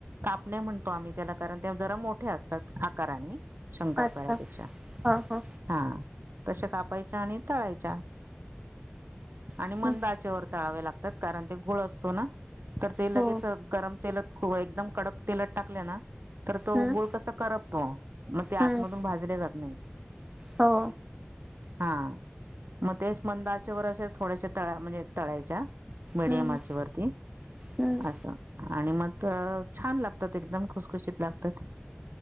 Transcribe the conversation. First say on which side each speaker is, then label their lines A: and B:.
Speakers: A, on the right; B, on the right.
A: कापणे म्हणतो आम्ही त्याला कारण ते जरा मोठे असतात आकाराने. शंकरपाळ्यापेक्षा
B: अच्छा हा हा
A: हां. तश्या कापायच्या आणि तळायच्या. आणि
B: हम्म
A: मंदाचे वर तळावे लागत त कारण ते गुळ असतो ना तर ते लगेच
B: हो
A: गरम तेलात खोळ एकदम कडक तेलात टाकल्या ना तर तो
B: हम्म
A: गुळ कसा करपतो, म ते आतमधून
B: हम्म
A: भाजले जात नाही.
B: हो
A: हां म तेस् मंदाआचे वर असे थोड्याश तळा म्हणजे तळायच्या. मडियम
B: हम्म
A: आचे वरती
B: हम्म
A: असं, आणि म त छान लाग तत एकदम खुसखुशीत लागतात.